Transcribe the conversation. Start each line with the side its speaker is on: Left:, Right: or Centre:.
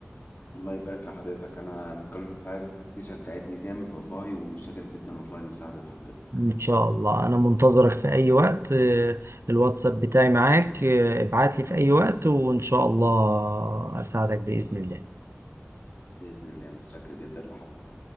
Left: الله يبارك لحضرتك انا مكالمه حضرتك دي شجعتني جامد والله وشاكر جدا والله لمساعده حضرتك
Right: ان شاء الله انا منتظرك في اي وقت آه، الواتساب بتاعي معاك آه، ابعت لي في اي وقت وان شاء الله اساعدك بإذن الله
Left: باذن الله متشكر جدا لحضرتك